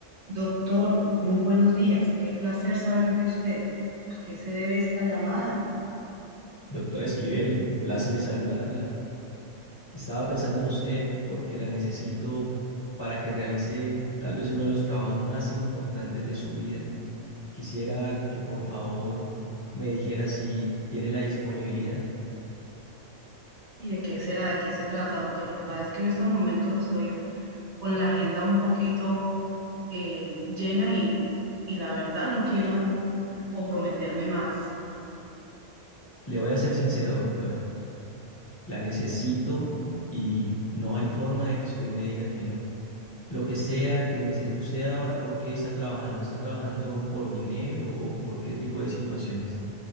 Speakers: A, on the right (about 60°); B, on the left (about 20°).
A: Doctor, muy buenos días. Qué placer saber de usted. ¿A qué se debe esta llamada?
B: Doctora Esquivel, pláceme saludarla. Estaba pensando en usted porque la necesito para que realice tal vez uno de los trabajos más importantes de su vida. Quisiera que por favor me dijera si tiene la disponibilidad.
A: ¿Y de qué será? ¿De qué se trata, doctor? Lo que pasa es que en estos momentos estoy con la agenda un poquito eh, llena y, y la verdad no quiero comprometerme más.
B: Le voy a ser sincero, doctora. La necesito y no hay forma de que usted me diga que no. Lo que sea que nece- usted ahora, ¿por qué está trabajando? ¿Está trabajando por dinero o por qué tipo de situaciones?